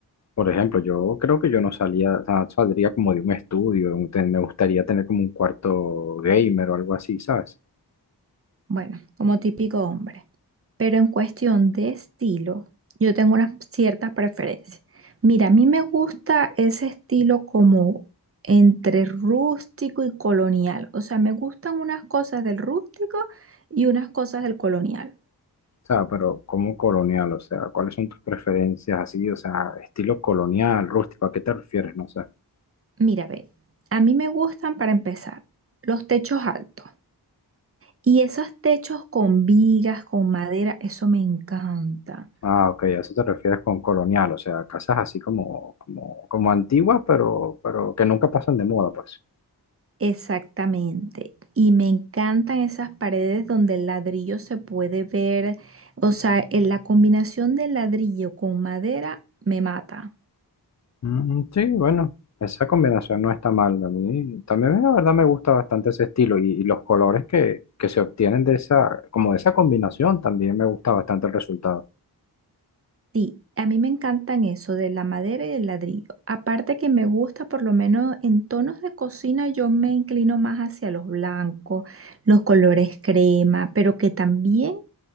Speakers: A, on the left; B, on the right.
A: Por ejemplo, yo creo que yo no salía, o sea, saldría como de un estudio, un- te- me gustaría tener como un cuarto gamer o algo así, ¿sabes?
B: Bueno, como típico hombre. Pero en cuestión de estilo, yo tengo unas ciertas preferencias. Mira, a mí me gusta ese estilo como entre rústico y colonial. O sea, me gustan unas cosas del rústico y unas cosas del colonial.
A: O sea, pero como colonial, o sea, ¿cuáles son tus preferencias así? O sea, estilo colonial, rústico, ¿a qué te refieres? No sé.
B: Mira, ve, a mí me gustan para empezar los techos altos y esos techos con vigas, con madera, eso me encanta.
A: Ah, ok, a eso te refieres con colonial, o sea, casas así como, como, como antiguas, pero, pero que nunca pasan de moda, pues.
B: Exactamente. Y me encantan esas paredes donde el ladrillo se puede ver, o sea, en la combinación del ladrillo con madera me mata.
A: Mm, sí, bueno, esa combinación no está mal. A mí también la verdad me gusta bastante ese estilo y, y los colores que, que se obtienen de esa, como de esa combinación, también me gusta bastante el resultado.
B: Sí, a mí me encantan eso de la madera y el ladrillo. Aparte que me gusta, por lo menos en tonos de cocina, yo me inclino más hacia los blancos, los colores crema, pero que también